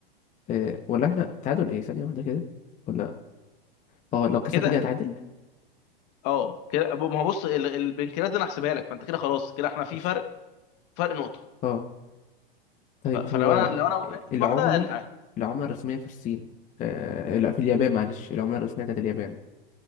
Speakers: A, on the left (about 25°); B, on the left (about 45°).
A: آه ولا احنا تعادل ايه ثانية واحدة كده ولا اه لو كسبت
B: كده
A: دي هتعادل
B: اه كده ما هو بص ال- البنكرياس ده انا هحسبها لك فانت كده خلاص كده احنا في
A: ايش
B: فرق فرق نقطه
A: آه. طيب
B: ف- فلو
A: هو
B: انا لو انا وقعت في
A: العملة
B: واحده انت عادي
A: العملة الرسمية في الصين آه لا في اليابان معلش العملة الرسمية بتاعت اليابان